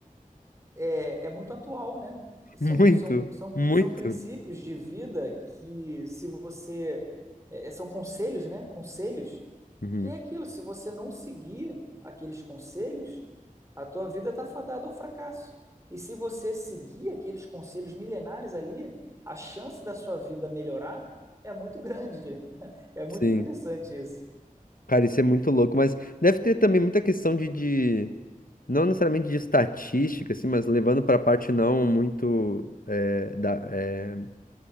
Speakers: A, on the right; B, on the left.
A: é, é muito atual, né?
B: <laughs>
A: São,
B: Muito,
A: são, são,
B: muito.
A: são princípios de vida que, se você. é, é, são conselhos, né? Conselhos.
B: Uhum.
A: Que é aquilo, se você não seguir aqueles conselhos, a tua vida está fadada ao fracasso. E se você seguir aqueles conselhos milenares ali, a chance da sua vida melhorar é muito grande. <laughs> É muito
B: Sim.
A: interessante isso.
B: Cara, isso é muito louco, mas deve ter também muita questão de, de não necessariamente de estatística, assim, mas levando para a parte não muito eh, da, é